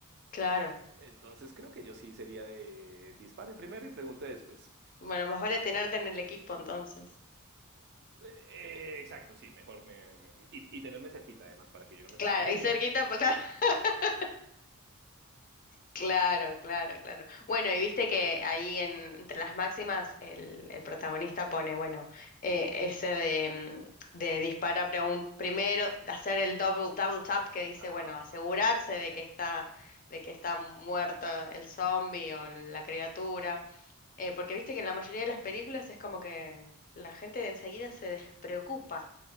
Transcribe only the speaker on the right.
Entonces creo que yo sí sería de dispare primero y pregunte después.
Eh, eh, exacto, sí, mejor me, me- y, y tenerme cerquita además para que yo no me
<laughs> confunda.
Ajá.